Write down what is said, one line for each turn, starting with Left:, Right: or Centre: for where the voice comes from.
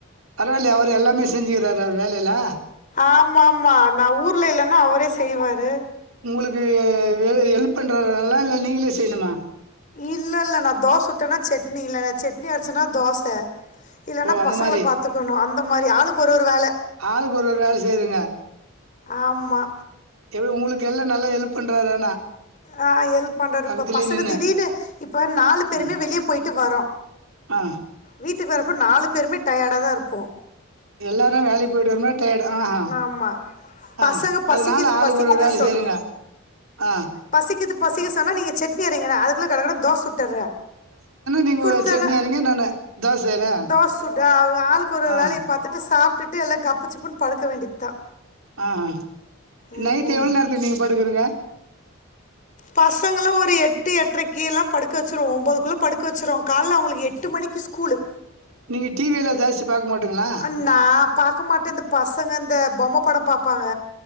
Right: பரவால்லயே அவரு எல்லாமே செஞ்சுக்கறாரே அவர் வேலையல்லா
Left: ஆமா ஆமா நா ஊர்ல இல்லன்னா அவரே செய்வாரு
Right: உங்களுக்கு எ எல்ப் பண்றாரா நல்லா இல்ல நீங்களே செய்யணுமா
Left: இல்லல்ல நா தோச சுட்டேன்னா சட்னி இல்ல நா சட்னி அரச்சேன்னா தோச இல்லன்னா
Right: ஓ அந்த
Left: பசங்கள
Right: மாரி
Left: பாத்துக்கணு அந்த மாரி ஆளுக்கு ஒரு ஒரு வேல
Right: ஆளுக்கு ஒரு ஒரு வேல செய்றீங்க
Left: ஆமா
Right: எப்பிடி உங்களுக்கு எல்லா நல்ல ஹெல்ப் பண்றாரு ஆனா
Left: ஆ ஹெல்ப் பண்றாரு
Right: பக்கத்துலயே
Left: இப்ப பசங்க
Right: நின்னு
Left: திடீர்னு இப்ப நாலு பேருமே
Right: ம்
Left: வெளிய போயிட்டு வரோ
Right: ஆ
Left: வீட்டுக்கு வரப்ப நாலு பேருமே டயேடாதா இருப்போ
Right: எல்லாரு வேலைக்கி போயிட்டு வரனால டயேடு ஆ ஹா
Left: ஆமா
Right: ஆ
Left: பசங்க பசிக்குது
Right: அதனால ஆளுக்கு
Left: பசிக்குது
Right: ஒரு வேல செய்றீங்க ஆ
Left: பசிக்கிது பசிக்கிது சொன்னா நீங்க சட்னி அரைங்க நா அதுக்குள்ள கடகடன்னு தோச சுட் டர்ற
Right: நீங்க
Left: குடுத்தன்னா
Right: சட்னி அரைங்க நானு தோசைனா
Left: தோச சுட அவங்க ஆளுக்கு ஒரு
Right: ஆ
Left: வேலைய பாத் துட்டு சாப்ட்டுட்டு எல்லா கப்பு சிப்புன்னு படுக்க வேண்டியதுதா
Right: ஆ ஹா
Left: ம்
Right: நைட்டு
Left: ம்
Right: எவ்ளோ நேரத்துக்கு நீங்க படுக்குறீங்க
Left: பசங்கள ஒரு எட்டு எட்ரைக்கெல்லா படுக்க வச்சுருவோ ஒம்போதுக்குள்ள படுக்க வச்சுருவோ கால்ல அவுங்களுக்கு எட்டு மணிக்கி ஸ்கூலு
Right: நீங்க டி வி எல்லா ஜாஸ்தி பாக்க மாட்டீங்களா
Left: அ நா பாக்க மாட்டே இந்த பசங்க இந்த பொம்ம படோ பாப்பாங்க